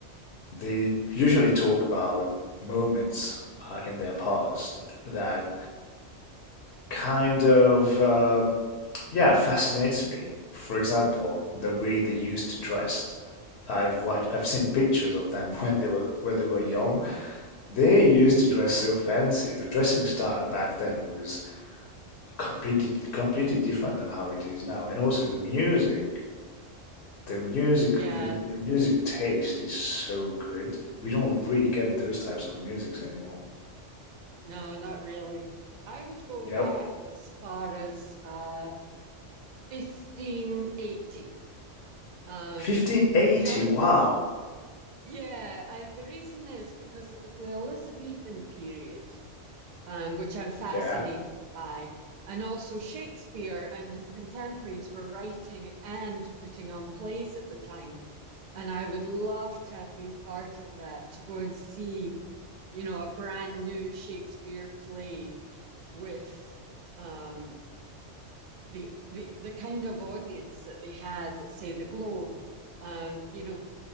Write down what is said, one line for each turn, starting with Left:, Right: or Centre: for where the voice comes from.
Left: they usually talk about moments uh, in their past that kind of uh, yeah fascinates me. For example, the way they used to dress. I've what I've seen pictures of them <laughs> when they were when they were young.
Right: Mm,
Left: They used to dress so fancy. The dressing style back then was completely completely different than how it is now. And also the music, the music,
Right: yeah.
Left: the, the music taste is so good. We don't really get those types of musics anymore.
Right: No, not really. I would go
Left: Yep.
Right: back as far as uh 1580. Um,
Left: 1580.
Right: just
Left: Wow.
Right: yeah, I, the reason is because it was the Elizabethan period, um, which I'm fascinated
Left: Yeah.
Right: by, and also Shakespeare and his contemporaries were writing and putting on plays at the time. And I would love to have been part of that, to go and see, you know, a brand new Shakespeare play with um, the, the the kind of audience that they had at, say, the Globe. Um, you know,